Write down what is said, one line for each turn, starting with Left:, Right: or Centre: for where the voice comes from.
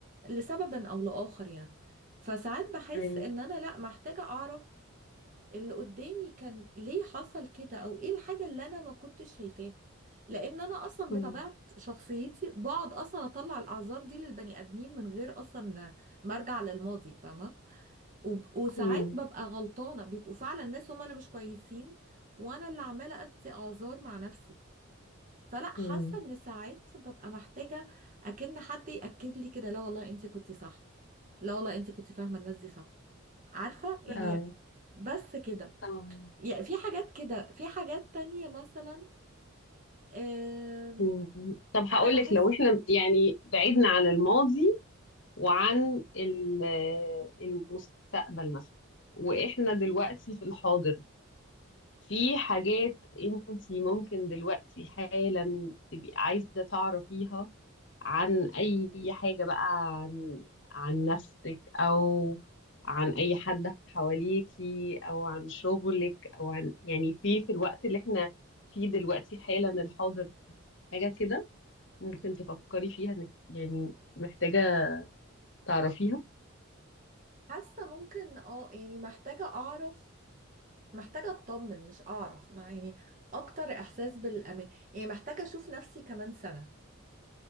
Right: لسبب او لاخر يعني فساعات بحس
Left: يعني
Right: ان انا لا محتاجة اعرف اللي قدامي كان ليه حصل كده او ايه الحاجة اللي انا ما كنتش شايفاها لان انا اصلا
Left: مم.
Right: بطبيعة شخصيتي بقعد اصلا اطلع الاعذار دي للبني ادمين من غير اصلا ما ارجع للماضي فاهمة وب- وساعات
Left: مم.
Right: ببقى غلطانة بيبقوا فعلا الناس هما اللي مش كويسين وانا اللي عمالة ادي اعذار مع نفسي فلا
Left: مم.
Right: حاسة ان ساعات ببقى محتاجة اكن حد يأكد لي كده لا والله انت كنت صح لا والله انت كنت فاهمة الناس دي صح عارفة يعني
Left: اه
Right: بس كده
Left: اه
Right: يعني في حاجات كده في حاجات تانية مثلا آم،
Left: مم. طب هقول
Right: انا بحس
Left: لك لو احنا يعني بعدنا عن الماضي وعن ال- المستقبل مثلا واحنا دلوقتي في الحاضر في حاجات انت ممكن دلوقتي حالا تبقي عايزة تعرفيها عن اي حاجة بقى عن عن نفسك او عن اي حد حواليكي او عن شغلك او عن يعني في في الوقت اللي احنا فيه دلوقتي حالا الحاضر حاجة كده ممكن تفكري فيها انك يعني محتاجة تعرفيها
Right: حاسة ممكن اه يعني محتاجة اعرف محتاجة اطمن مش اعرف مع يعني اكتر احساس بالامان يعني محتاجة اشوف نفسي كمان سنة